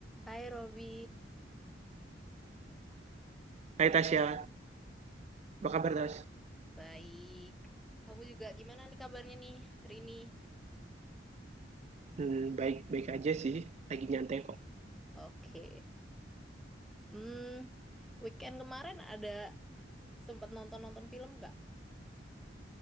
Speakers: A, in the centre; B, on the right.
A: Hai Robi,
B: Hai Tasya, apa kabar Tas?
A: Baik. Kamu juga gimana nih kabarnya nih hari ini?
B: Hmm, baik-baik aja sih, lagi nyantai kok.
A: oke. Hmm, weekend kemarin ada sempat nonton-nonton film nggak?